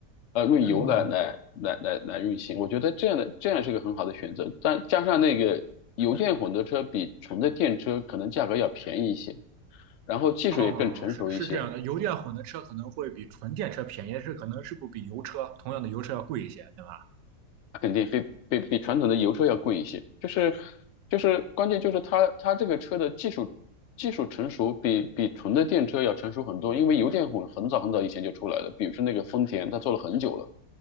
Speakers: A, on the left; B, on the right.
A: 呃，用油来来来来来运行。
B: 嗯，
A: 我觉得这样的这样是个很好的选择，但加上那个油电混合车比纯的电车可能价格要便宜一些，然后技术也更成熟一些。
B: 哦，是是这样的，油电混的车可能会比纯电车便宜，但是可能是不比油车同样的油车要贵一些，对吧？
A: 它肯定比比比传统的油车要贵一些，就是就是关键就是它它这个车的技术技术成熟比比纯的电车要成熟很多，因为油电混很早很早以前就出来了，比如说那个丰田，它做了很久了，